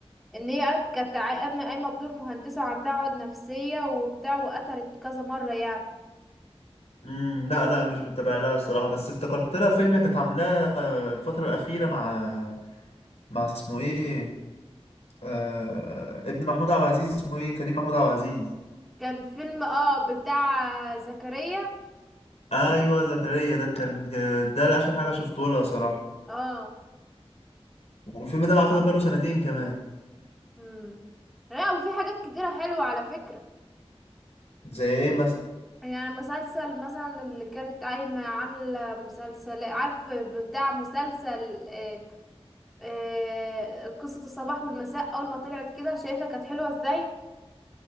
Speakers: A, in the centre; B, on the left (about 80°).
A: إن هي قد- كانت قايمة قايمة بدور مهندسة وعندها عقد نفسية وبتاع وقتلت كذا مرة يعني
B: مم، لا لا مش متابع لها الصراحه بس افتكرت لها فيلم كانت عاملاه آه، الفتره الاخيره مع مع اسمه ايه آه ابن محمود عبد العزيز اسمه ايه كريم محمود عبد العزيز
A: كان فيلم اه بتاع زكريا
B: ايوه زكريا ده كان ده اخر حاجه شفته لها صراحه
A: اه
B: والفيلم ده اعتقد بقاله سنتين كمان
A: امم لا وفي حاجات كتيرة حلوة على فكرة
B: زي ايه مثلا
A: يعني مسلسل مثلا اللي كانت قايمة عاملة مسلسل عارف بتاع مسلسل آه، آه، قصة الصباح والمساء أول ما طلعت كده شايفة كانت حلوة ازاي